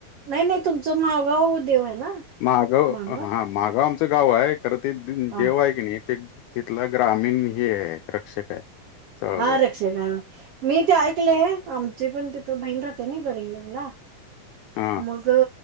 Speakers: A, on the right; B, on the left.
A: नाही नाही तुमचं मागावं होऊ देव आहे ना
B: महाग गाव
A: मागाव
B: हा मागाव गाव आमचं गाव आहे खरं ते
A: हा
B: देव आहे की नाही ते तिथलं ग्रामीण ह आहे रक्षक आहे चळवळ
A: हा रक्षा मी ते ऐकले आहे आमची पण तिथं बहीण राहते ना गडींग्लजला
B: हा
A: मग